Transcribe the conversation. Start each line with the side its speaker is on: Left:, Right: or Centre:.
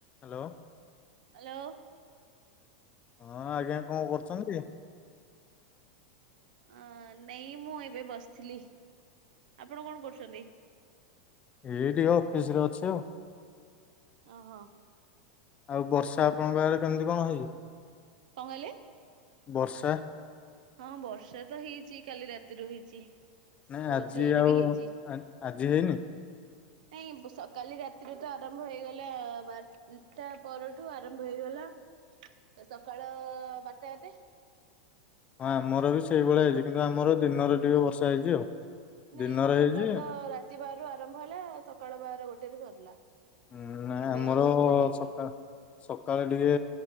Left: Hello.
Right: Hello.
Left: ହଁ ଆଜ୍ଞା କଣ କରୁଛନ୍ତି?
Right: ଅ ନାଇ ମୁଁ ଏବେ ବସିଥିଲି ଆପଣ କଣ କରୁଛନ୍ତି।
Left: ଏଇଠିକି ଅଫିସ ରେ ଅଛି ଆଉ।
Right: ଓହୋ।
Left: ଆଉ ବର୍ଷା ଆପଣଙ୍କ ଆଡରେ କେମିତି କଣ ହେଇଛି?
Right: କଣ କହିଲେ?
Left: ବର୍ଷା
Right: ହଁ ବର୍ଷା ତ ହେଇଛି କାଲି ରାତିରୁ ହେଇଛି।
Left: ନାଇଁ
Right: ବହୁତ
Left: ଆଜି
Right: ଜୋରରେ
Left: ଆଉ
Right: ବି ହେଇଛି।
Left: ଆଜି ହେଇନି।
Right: ନାଇଁ ସକାଳ ରାତିରେ ତ ଆରମ୍ଭ ହେଇଗଲା ବାର ଟା ପରଠୁ ଆରମ୍ଭ ହେଇଗଲା ତ ସକାଳ ବାରଟା ଆତେ।
Left: ହଁ ଆମର ବି ସେଇଭଳିଆ ହେଇଛି କିନ୍ତୁ ଆମର ଦିନରେ ଟିକେ ବର୍ଷା ହେଇଛି ଆଉ
Right: ନାଇଁ
Left: ଦିନରେ
Right: ଆମର ସକାଳୁ
Left: ହେଇଛି
Right: ତ ରାତି ବାର ର ଆରମ୍ଭ ହେଲା ସକାଳୁ ବାର ଗୋଟେ ସରିଲା।
Left: ଉଁ
Right: ଏବେ
Left: ଆମର
Right: ଆଉ ବର୍ଷା ହେଇନି।
Left: ସକାଳ ସକାଳେ ଟିକେ